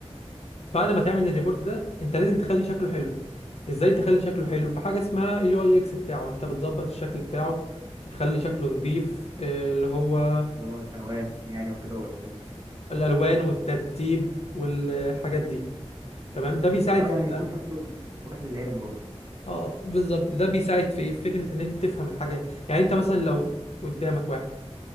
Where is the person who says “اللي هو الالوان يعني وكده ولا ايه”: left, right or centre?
Right